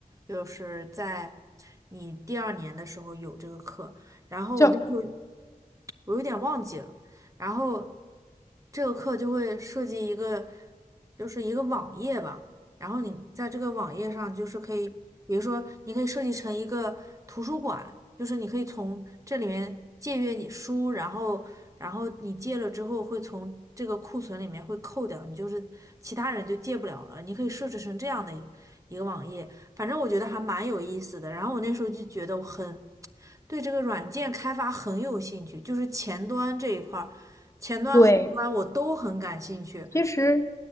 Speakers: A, on the right (about 20°); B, on the left (about 20°).
A: 就是在你第二年的时候有这个课。然后我那时候
B: 就
A: 我有点忘记了，然后这个课就会设计一个，就是一个网页吧。然后你在这个网页上就是可以，比如说你可以设计成一个图书馆，就是你可以从这里面借阅你书，然后然后你借了之后会从这个库存里面会扣掉，你就是其他人就借不了了。你可以设置成这样的一一个网页，反正我觉得还蛮有意思的。然后我那时候就觉得我很对这个软件开发很有兴趣，就是前端这一块儿，前端后端我都很感兴趣。
B: 对，其实